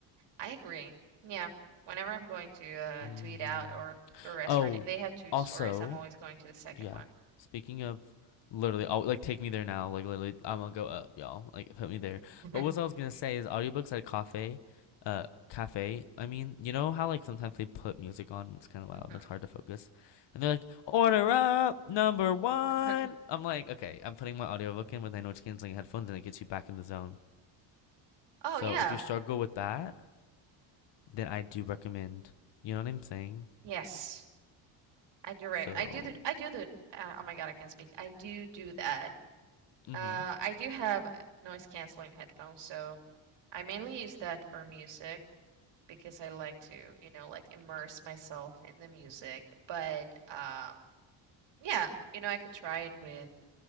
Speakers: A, on the right; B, on the left.
A: I agree. Yeah. Whenever I'm going to uh
B: hmm
A: to eat out or to a restaurant,
B: Oh,
A: if they have two
B: also,
A: stories, I'm always going to the second
B: Yeah.
A: one.
B: Speaking of literally, oh, like take me there now. Like literally, I'm gonna go up, y'all. Like put me there.
A: <laughs>
B: But what I was gonna say is audiobooks at a cafe, uh, cafe. I mean, you know how like sometimes they put music on. It's kind of loud.
A: Mhm.
B: and It's hard to focus. And they're like, "Order up, number one."
A: <laughs>
B: I'm like, okay, I'm putting my audiobook in with I know it's canceling headphones, and it gets you back in the zone.
A: Oh
B: So
A: yeah.
B: if you struggle with that, then I do recommend. You know what I'm saying?
A: Yes. I do right.
B: So,
A: I do the I do the uh, oh my God, I can't speak. I do do that.
B: mm-hmm.
A: Uh I do have noise canceling headphones, so I mainly use that for music because I like to, you know, like immerse myself in the music. But um yeah, you know, I could try it with